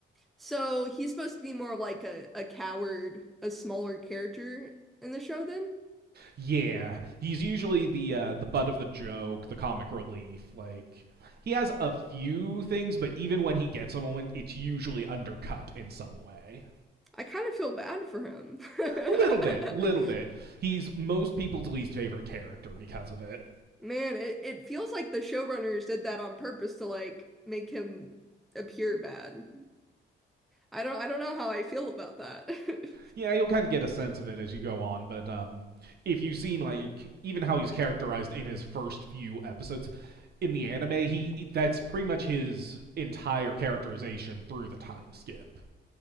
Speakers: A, in the centre; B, on the right (about 55°).
A: So he's supposed to be more like a, a coward, a smaller character in the show then?
B: Yeah, he's usually the uh, the butt of the joke, the comic relief. Like he has a few things, but even when he gets a moment, it's usually undercut in some way.
A: I kind of feel bad for him. <laughs>
B: Little bit, little bit. He's most people's least favorite character because of it.
A: Man, it, it feels like the showrunners did that on purpose to like make him appear bad. I don't I don't know how I feel about that. <laughs>
B: Yeah, you'll kind of get a sense of it as you go on, but um, if you've seen like even how he's characterized in his first few episodes in the anime, he that's pretty much his entire characterization through the time skip.